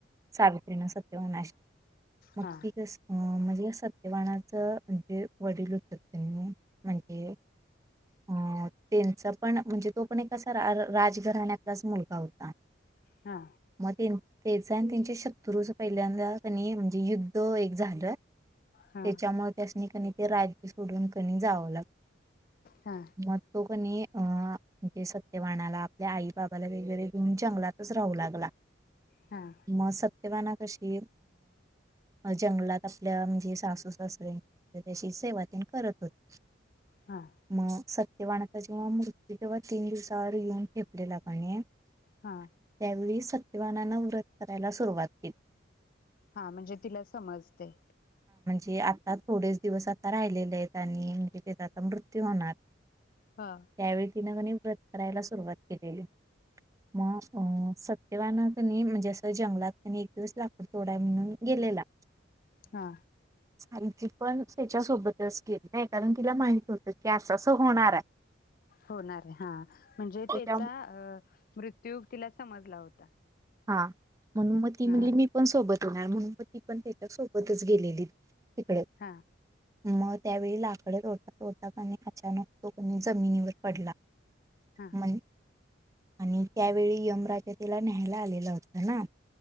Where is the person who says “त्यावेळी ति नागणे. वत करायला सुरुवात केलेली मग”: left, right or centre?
Right